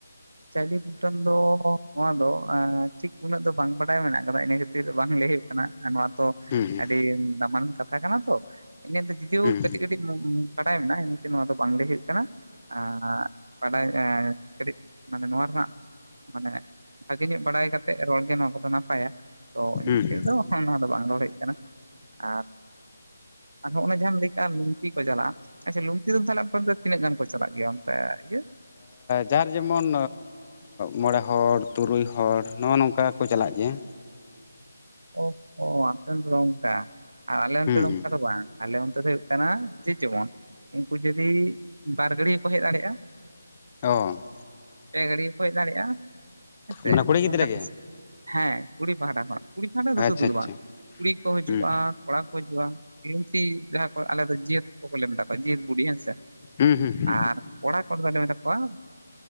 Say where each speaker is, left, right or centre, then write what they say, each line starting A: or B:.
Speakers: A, on the right; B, on the left.
A: ᱪᱟᱹᱰᱤ ᱠᱩᱴᱟᱹᱱ ᱫᱚ ᱱᱚᱣᱟ ᱫᱚ ᱴᱷᱤᱠ ᱩᱱᱟᱹᱜ ᱫᱚ ᱵᱟᱝ ᱵᱟᱰᱟᱭ ᱢᱮᱱᱟᱜ ᱟᱠᱟᱫᱟ ᱤᱱᱟᱹ ᱠᱷᱟᱹᱛᱤᱨ ᱵᱟᱝ ᱞᱟᱹᱭ ᱦᱩᱭᱩᱜ ᱠᱟᱱᱟ ᱱᱚᱣᱟ ᱛᱚ
B: ᱦᱩᱸ
A: ᱟᱹᱰᱤ ᱫᱟᱢᱟᱱ ᱠᱟᱛᱷᱟ ᱠᱟᱱᱟ ᱛᱚ ᱤᱧᱟᱹᱜ ᱫᱚ ᱡᱳᱫᱤ-ᱳ
B: ᱦᱩᱸ
A: ᱠᱟᱹᱴᱤᱡ ᱠᱟᱹᱴᱤᱡ ᱵᱟᱰᱟᱭ ᱢᱮᱱᱟᱜᱼᱟ ᱮᱱᱛᱮ ᱱᱚᱣᱟ ᱫᱚ ᱵᱟᱝ ᱞᱟᱹᱭ ᱦᱩᱭᱩᱜ ᱠᱟᱱᱟ <unintelligible> ᱵᱟᱰᱟᱭ <unintelligible> ᱠᱟᱹᱴᱤᱡ ᱢᱟᱱᱮ ᱱᱚᱣᱟ ᱨᱮᱱᱟᱜ ᱢᱟᱱᱮ ᱵᱷᱟᱜᱮ ᱧᱚᱜ ᱵᱟᱲᱟᱭ ᱠᱟᱛᱮᱜ ᱨᱚᱲᱜᱮ ᱱᱚᱣᱟ ᱠᱚᱫᱚ ᱱᱟᱯᱟᱭᱟ ᱛᱚ ᱤᱱᱟᱹ
B: ᱦᱩᱸ
A: ᱠᱷᱟᱹᱛᱤᱨ
B: ᱦᱩᱸ ᱦᱩᱸ
A: ᱫᱚ ᱚᱱᱟ ᱫᱚ ᱵᱟᱝ ᱨᱚᱲ ᱦᱩᱭᱩᱜ ᱠᱟᱱᱟ ᱟᱨ ᱟᱨ ᱱᱚᱸᱜᱚᱭ ᱡᱟᱦᱟᱢ ᱞᱟᱹᱭ ᱠᱮᱫ-ᱟ ᱞᱩᱝᱛᱤᱡ ᱠᱚ ᱪᱟᱞᱟᱜᱼᱟ ᱟᱪᱪᱷᱟ ᱞᱩᱝᱛᱤ ᱫᱚ ᱛᱟᱦᱚᱞᱮ ᱟᱯᱮ ᱚᱱᱛᱮ ᱛᱤᱱᱟᱹᱜ ᱜᱟᱱ ᱠᱚ ᱪᱟᱞᱟᱜ ᱜᱮᱭᱟ ᱚᱱᱛᱮ ᱤᱭᱟᱹ
B: ᱡᱟᱨ ᱡᱮᱢᱚᱱ ᱢᱚᱬᱮ ᱦᱚᱲ ᱛᱩᱨᱩᱭ ᱦᱚᱲ ᱱᱚᱜᱼᱚ ᱱᱚᱝᱠᱟ ᱠᱚ ᱪᱟᱞᱟᱜ ᱜᱮᱭᱟ
A: ᱚᱦ-ᱦᱚ ᱟᱯᱮ ᱚᱱᱛᱮ ᱫᱚ ᱚᱱᱠᱟ ᱟᱨ ᱟᱞᱮ
B: ᱦᱩᱸ
A: ᱚᱱᱛᱮ ᱫᱚ
B: ᱦᱩᱸ
A: ᱚᱱᱠᱟ ᱫᱚ ᱵᱟᱝ ᱟᱞᱮ ᱚᱱᱛᱮ ᱫᱚ ᱦᱩᱭᱩᱜ ᱠᱟᱱᱟ ᱡᱮ ᱡᱮ-ᱡᱮᱢᱚᱱ ᱩᱱᱠᱩ ᱡᱩᱫᱤ ᱵᱟᱨ ᱜᱟᱹᱲᱤ ᱦᱚᱠᱚ ᱦᱮᱡ ᱫᱟᱲᱮᱭᱟᱜᱼᱟ
B: ᱚ
A: ᱯᱮ ᱜᱟᱹᱲᱤ ᱠᱚ ᱦᱮᱡ ᱫᱟᱲᱮᱭᱟᱜᱼᱟ ᱦᱮᱸ ᱥᱮ
B: ᱢᱟᱱᱮ ᱠᱩᱲᱤ ᱜᱤᱫᱽᱨᱟᱹ
A: ᱚᱱᱠᱟ
B: ᱜᱮ
A: ᱦᱮᱸ ᱠᱩᱲᱤ ᱯᱟᱦᱴᱟ ᱠᱷᱚᱱᱟᱜ ᱠᱩᱲᱤ ᱠᱷᱟᱱ ᱫᱚ
B: ᱟᱪᱪᱷᱟ
A: ᱥᱩᱫᱷᱩ
B: ᱟᱪᱪᱷᱟ
A: ᱫᱚ ᱵᱟᱝ ᱠᱩᱲᱤ ᱠᱚ ᱦᱤᱡᱩᱜᱼᱟ
B: ᱦᱩᱸ
A: ᱠᱚᱲᱟ ᱠᱚ ᱦᱤᱡᱩᱜᱼᱟ ᱞᱩᱝᱛᱤᱡ ᱡᱟᱦᱟᱸ ᱠᱚ ᱟᱞᱮ ᱫᱚ ᱡᱤᱭᱟᱹᱛ ᱠᱚ ᱠᱚᱞᱮ ᱢᱮᱛᱟ ᱠᱚᱣᱟ ᱡᱤᱭᱟᱹᱛ ᱵᱩᱰᱷᱤ ᱦᱮᱸᱥᱮ
B: ᱦᱩᱸ ᱦᱩᱸ ᱦᱩᱸ
A: ᱟᱨ ᱠᱚᱲᱟ ᱠᱚᱨᱮ ᱫᱚ ᱞᱮ ᱢᱮᱛᱟ ᱠᱚᱣᱟ